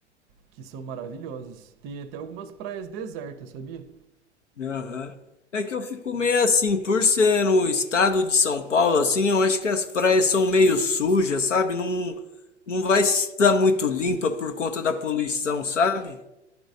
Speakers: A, on the right (about 35°); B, on the left (about 85°).
A: que são maravilhosas. Tem até algumas praias desertas, sabia?
B: Aham. É que eu fico meio assim, por ser no estado de São Paulo, assim, eu acho que as praias são meio sujas, sabe? Não, não vai estar muito limpa por conta da poluição, sabe?